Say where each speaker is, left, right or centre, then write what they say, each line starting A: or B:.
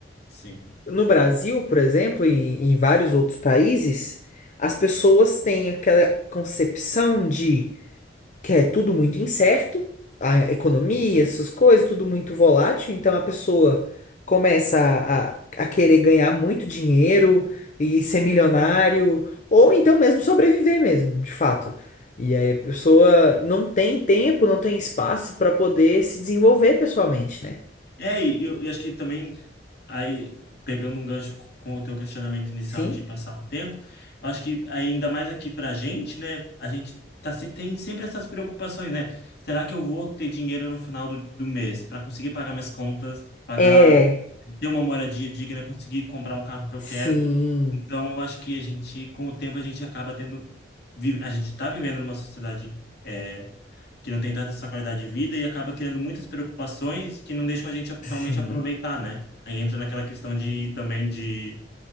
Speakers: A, on the left; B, on the left.
A: sim.
B: No Brasil, por exemplo, e em vários outros países, as pessoas têm aquela concepção de que é tudo muito incerto, a economia,
A: sim.
B: essas coisas, tudo muito volátil. Então a pessoa começa a, a querer ganhar muito dinheiro e ser milionário, ou então mesmo sobreviver mesmo, de fato. E aí a pessoa não tem tempo, não tem espaço para poder se desenvolver pessoalmente, né?
A: É, e eu, e acho que também aí pegando um gancho co- com o teu questionamento inicial
B: Sim.
A: de passar o tempo, eu acho que ainda mais aqui pra gente, né, a gente tá, se- tem sempre essas preocupações, né? Será que eu vou ter dinheiro no final do, do mês para conseguir pagar minhas contas, pagar,
B: É.
A: ter uma moradia digna, conseguir comprar um carro que eu quero?
B: Sim.
A: Então, eu acho que a gente, com o tempo, a gente acaba tendo, vive- a gente está vivendo numa sociedade. é, que não tem tanta essa qualidade de vida e acaba criando muitas preocupações que não deixam a gente a-
B: Sim.
A: realmente aproveitar, né? Aí entra naquela questão de também de,